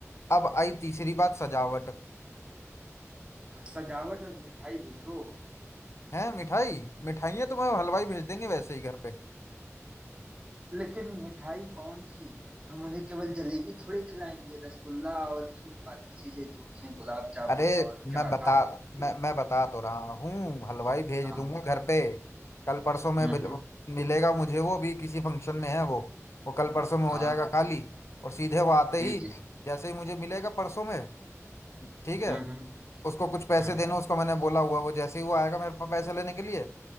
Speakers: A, on the left (about 60°); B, on the right (about 20°).
A: अब आई तीसरी बात सजावट
B: हाँ सजावट और मिठाई भी तो
A: है मिठाई मिठाइयाँ तुम्हें हलवाई भेज देंगे वैसे ही घर पे
B: लेकिन मिठाई कौन सी हम उन्हें केवल जलेबी थोड़ी खिलाएंगे रसगुल्ला और फिर बाकी चीजें जो भी हैं गुलाब जामुन
A: अरे
B: और क्या
A: मैं बता
B: काजू कतली।
A: मैं मैं बता तो रहा हूँ हलवाई भेज
B: हाँ
A: दूंगा
B: हाँ
A: घर पे कल परसों में
B: हम्म
A: बिल-
B: हम्म,
A: मिलेगा मुझे वो भी किसी फंक्शन में है वो वो कल परसों में हो
B: हाँ
A: जाएगा खाली और सीधे वो आते
B: जी
A: ही
B: जी
A: जैसे ही मुझे मिलेगा परसों में ठीक है
B: हम्म हम्म
A: उसको कुछ पैसे
B: हम्म,
A: देने उसको मैंने बोला हुआ है, वो जैसे ही वो आएगा मेरे पास पैसे लेने के लिए